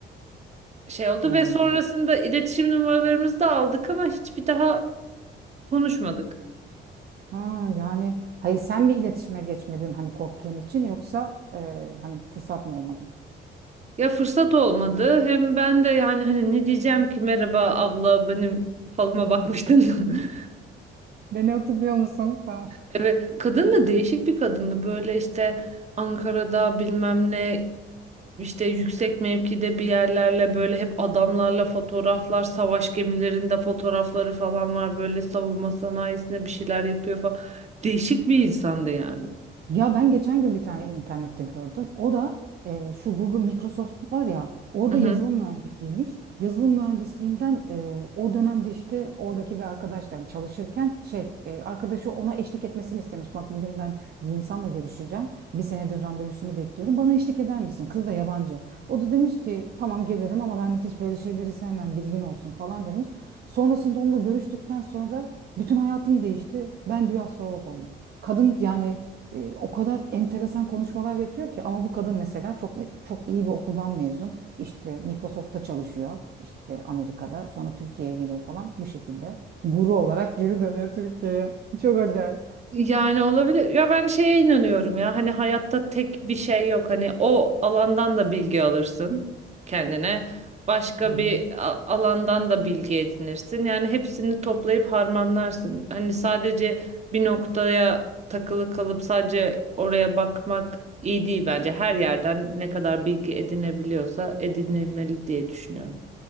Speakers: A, on the right; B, on the right.
A: şey oldu
B: yani.
A: ve sonrasında iletişim numaralarımızı da aldık ama hiçbir daha konuşmadık.
B: Ha, yani hayır sen bir iletişime geçmedin hani korktuğun için yoksa e, hani fırsat mı olmadı?
A: Ya fırsat olmadı hem ben de yani hani ne diyeceğim ki merhaba abla benim falıma bakmıştın mı? <laughs>
B: Beni hatırlıyor musun falan.
A: Evet kadın da değişik bir kadındı böyle işte Ankara'da bilmem ne İşte yüksek mevkide bir yerlerle böyle hep adamlarla fotoğraflar, savaş gemilerinde fotoğrafları falan var. Böyle savunma sanayisinde bir şeyler yapıyor falan. Değişik bir insandı yani.
B: Ya ben geçen gün bir tane internette gördüm. O da e, şu Google Microsoft var ya orada
A: Mhm.
B: yazılım mühendisiymiş. Yazılım mühendisliğinden e, o dönemde işte oradaki bir arkadaştan çalışırken şey e, arkadaşı ona eşlik etmesini istemiş. Bak bugün ben bir insanla görüşeceğim. Bir senedir randevusunu bekliyorum. Bana eşlik eder misin? Kız da yabancı. O da demiş ki tamam gelirim ama ben hiç böyle şeyleri sevmem bilgin olsun falan demiş. Sonrasında onunla görüştükten sonra bütün hayatım değişti. Ben diyor astrolog oldum. Kadın yani e, o kadar enteresan konuşmalar yapıyor ki ama bu kadın mesela çok e, çok iyi bir okuldan mezun. İşte Microsoft'ta çalışıyor. işte Amerika'da. Sonra Türkiye'ye geliyor falan bu şekilde. Guru olarak geri dönüyor Türkiye'ye. <laughs> Çok acayip.
A: Yani olabilir. Ya ben şeye inanıyorum ya. Hani hayatta tek bir şey yok. Hani o alandan da bilgi alırsın kendine. Başka
B: Hı hı.
A: bir a- alandan da bilgi edinirsin. Yani hepsini toplayıp harmanlarsın. Hani sadece bir noktaya takılı kalıp sadece oraya bakmak iyi değil bence. Her yerden ne kadar bilgi edinebiliyorsa edinilmeli diye düşünüyorum.